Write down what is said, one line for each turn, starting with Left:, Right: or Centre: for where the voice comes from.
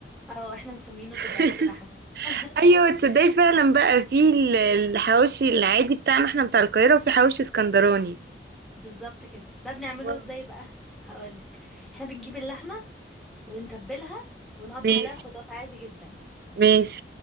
Centre: اه احنا مسمينه
Right: <laughs>
Centre: كده عيش باللحمه <laughs>
Right: ايوه تصدقي فعلا بقى في ال- الحواوشي العادي بتاعنا احنا بتاع القاهرة وفي حواوشي اسكندراني
Centre: بالظبط كده ده بنعمله
Right: واو.
Centre: ازاي بقى هقول لك احنا بنجيب اللحمه ونتبلها ونقطع
Right: ماشي
Centre: عليها خضار عادي جدا
Right: ماشي